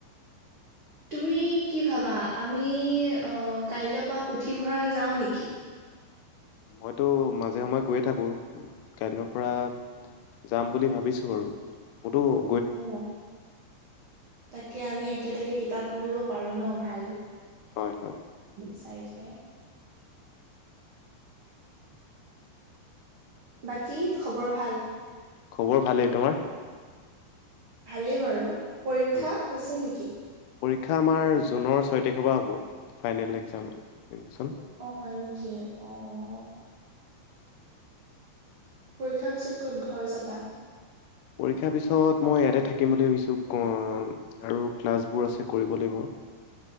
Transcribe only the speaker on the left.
মইতো মাজে সময়ে গৈয়ে থাকোঁ, কাইলৈৰ পৰা- যাম বুলি ভাবিছো বাৰু, বহুতো-
হয়, হয়।
খবৰ ভালেই, তোমাৰ?
উম,
পৰীক্ষা আমাৰ জুনৰ ছয় তাৰিখৰ পৰা হ'ব ফাইনেল এক্সাম।
পৰীক্ষাৰ পিছত মই ইয়াতে থাকিম বুলি ভাবিছোঁ <unintelligible> আৰু ক্লাছবোৰ আছে কৰিব লাগিব।।